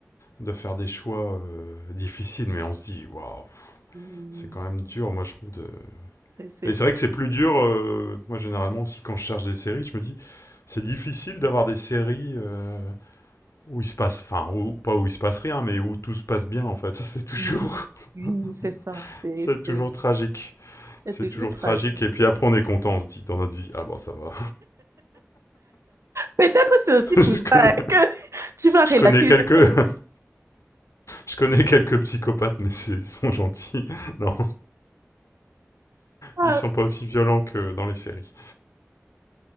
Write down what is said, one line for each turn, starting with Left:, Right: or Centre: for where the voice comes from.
Left: de faire des choix euh, difficiles, mais on se dit, waouh,
Right: Mm.
Left: c'est quand même dur, moi, je trouve, de,
Right: c'est- c'est-
Left: Et c'est vrai que c'est plus dur. euh, moi, généralement, aussi, quand je cherche des séries, je me dis, c'est difficile d'avoir des séries euh, où il se passe, enfin, où- pas où il se passe rien, mais où tout se passe bien, en fait. Ça, c'est toujours,
Right: Oui, oui, c'est ça.
Left: <laughs>
Right: C'est
Left: c'est
Right: c'est-
Left: toujours tragique.
Right: c'est
Left: C'est
Right: toujours
Left: toujours
Right: tragique.
Left: tragique. Et puis après, on est content, on se dit, dans notre vie, ah bah ça va.
Right: Peut-être c'est aussi pour
Left: <laughs> je
Right: ça
Left: connais,
Right: hein, que <laughs> tu vas relativiser.
Left: je connais quelques, <laughs> je connais quelques psychopathes, mais c'est- ils sont gentils. <laughs> Non,
Right: Ah,
Left: ils sont pas aussi violents que dans les séries.